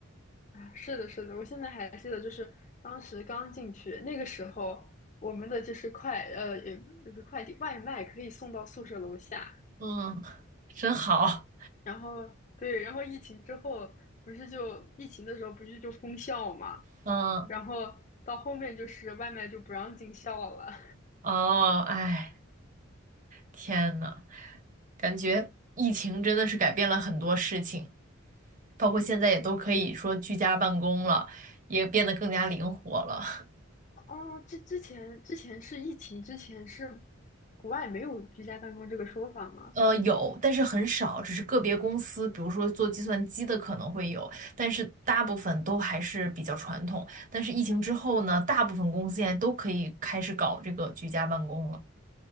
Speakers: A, on the left; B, on the right.
A: 啊。是的，是的，我现在还记得，就是当时刚进去那个时候，我们的就是快呃也不是快递，外卖可以送到宿舍楼下。
B: 嗯，真好。
A: 然后对，然后疫情之后不是就疫情的时候不是就封校嘛，
B: 嗯，
A: 然后到后面就是外卖就不让进校了。
B: 哦，哎，天呐，感觉疫情真的是改变了很多事情。包括现在也都可以说居家办公了，也变得更加灵活了。
A: 哦，之之前之前是疫情之前是国外没有居家办公这个说法吗？
B: 呃，有，但是很少，只是个别公司，比如说做计算机的可能会有，但是大部分都还是比较传统。但是疫情之后呢，大部分公司现在都可以开始搞这个居家办公了。